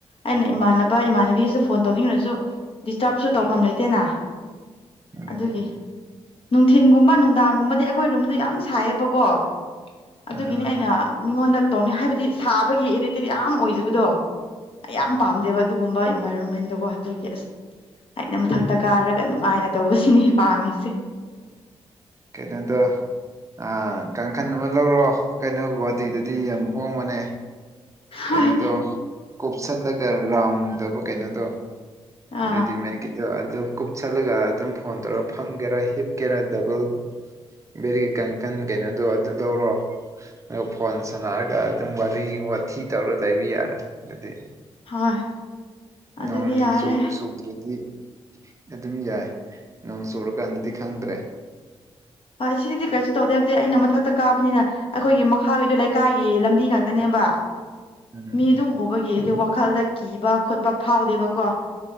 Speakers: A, on the left (about 55°); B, on the right (about 30°).
A: ꯑꯩꯅ ꯏꯃꯥꯟꯅꯕ ꯏꯃꯥꯟꯅꯕꯤꯁꯨ ꯐꯣꯟ ꯇꯧꯅꯤꯡꯂꯁꯨ ꯗꯤꯁꯇꯔꯕꯁꯨ ꯇꯧꯐꯝ ꯂꯩꯇꯦꯅ
B: ꯎꯝ
A: ꯑꯗꯨꯒꯤ ꯅꯨꯡꯊꯤꯟꯒꯨꯝꯕ ꯅꯨꯡꯗꯥꯡꯒꯨꯝꯕꯗꯤ ꯑꯩꯈꯣꯏ ꯔꯨꯝꯗꯣ ꯌꯥꯝ ꯁꯥꯏꯌꯦꯕꯀꯣ ꯑꯗꯨꯒꯤꯅꯤ
B: ꯑꯥ
A: ꯑꯩꯅ ꯃꯤꯉꯣꯟꯗ ꯇꯧꯅꯤ ꯍꯥꯏꯕꯗꯤ ꯁꯥꯕꯒꯤ ꯑꯦꯔꯤꯇꯦꯠ ꯌꯥꯝ ꯑꯣꯏꯖꯕꯗꯣ ꯌꯥꯝ
B: ꯎꯝ
A: ꯄꯥꯝꯗꯦꯕ ꯑꯗꯨꯒꯨꯝꯕ ꯏꯟꯚꯥꯏꯔꯣꯟꯃꯦꯟꯗꯨꯒꯣ ꯑꯗꯨꯒꯤ ꯑꯁ ꯑꯩꯅ ꯃꯊꯛꯇ ꯀꯥꯔꯒ ꯅꯨꯡꯉꯥꯏꯅ ꯇꯧꯕꯁꯤꯅꯤ ꯄꯥꯝꯃꯤꯁꯤ
B: ꯀꯩꯅꯣꯗꯨ ꯑ ꯀꯥꯡꯈꯟ ꯑꯃ ꯂꯧꯔꯣ ꯀꯩꯅꯣ ꯒꯨꯍꯥꯇꯤꯗꯗꯤ ꯌꯥꯝ ꯍꯣꯡꯕꯅꯦ
A: ꯍꯣꯏ
B: ꯀꯩꯅꯣꯗꯣ ꯀꯨꯞꯞꯁꯠꯂꯒ ꯔꯥꯎꯟꯇꯧꯕ ꯀꯩꯅꯣꯗꯣ
A: ꯑꯥ
B: ꯔꯦꯗꯤꯃꯦꯠꯀꯤ ꯑ ꯑꯗꯨ ꯀꯨꯞꯁꯜꯂꯒ ꯑꯗꯨꯝ ꯐꯣꯟ ꯇꯧꯔꯒ ꯐꯝꯒꯦꯔꯥ ꯍꯤꯞꯀꯦꯔꯥ ꯗꯕꯜ ꯕꯦꫪꯤ ꯀꯥꯡꯈꯟ ꯀꯩꯅꯣꯗꯣ ꯑꯗꯨꯗꯣ ꯂꯧꫪꯣ ꯑꯗꯨꯒ ꯐꯣꯟ ꯁꯥꯟꯅꯔꯒ ꯑꯗꯨꯝ ꯋꯥꯔꯤ ꯋꯥꯊꯤ ꯇꯧꯔꯒ ꯂꯩꯕ ꯌꯥꯔꯦ ꯑꯗꯨꯗꯤ
A: ꯍꯣꯏ ꯑꯗꯨꯗꯤ
B: ꯅꯣꯡ
A: ꯌꯥꯔꯦ
B: ꯆꯨꯕꯨ ꯆꯨꯗꫪꯗꯤ ꯑꯗꯨꯝ ꯌꯥꯏ ꯅꯣꯡ ꯆꯨꯔꯀꯥꯟꯗꯗꯤ ꯈꯪꯗ꯭ꯔꯦ
A: ꯑ ꯑꯁꯤꯗꯗꯤ ꯀꯔꯤꯁꯨ ꯇꯧꯗꯦ ꯍꯥꯏꯕꯗꯤ ꯑꯩꯅ ꯃꯊꯛꯇ ꯀꯥꯕꯅꯤꯅ ꯑꯩꯈꯣꯏꯒꯤ ꯃꯈꯥꯒꯤꯗꯨ ꯂꯩꯀꯥꯏꯒꯤ ꯂꯝꯕꯤ ꯉꯥꯛꯇꯅꯦꯕ
B: ꯎꯝ
A: ꯃꯤ ꯑꯗꯨꯝ ꯎꯕꯒꯤ ꯑꯩꯗꯨ ꯋꯥꯈꯜꯗ ꯀꯤꯕ ꯈꯣꯠꯄ ꯍꯥꯎꯗꯦꯕꯀꯣ